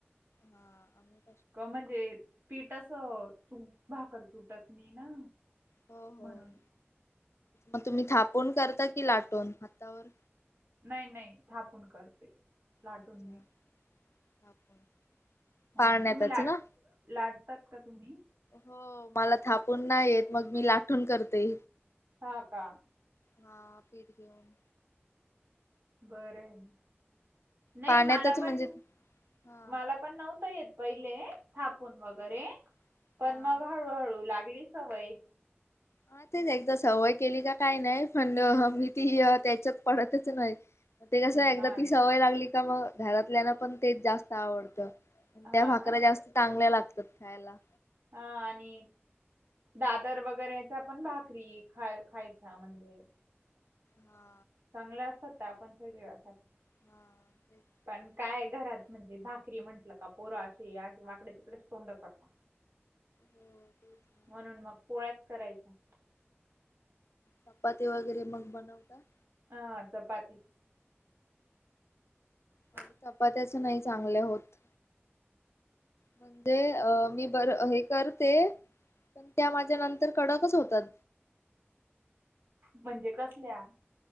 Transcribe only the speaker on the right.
क म्हणजे पीठ अस तू भाकर तुटत नाही ना
म्हणून.
नय -नय थापून करते लाटून
नाही.
हो
तुम्ही लाट
लाटतात का? तुम्ही
हा का.
बरय नाही
मला
पण
मला पण पण नव्हत येत पहिले थापून वगैरे
पण
मग हळूहळू लागली सवई
हं,
हा.
हा
ना
हा आणि दादर वगैरेच्या पण भाकरी खा खायच्या म्हणजे.
चांगलं असतात त्या पण शरीसाठी
पण काय घरात
म्हणजे भाकरी म्हटल का पोरा आशी-आशी वाकडे तिकडेच तोंड करता.
म्हणून मग पोळ्याच करायच्या
हा चपाती.. ठु
म्हणजे कसल्या?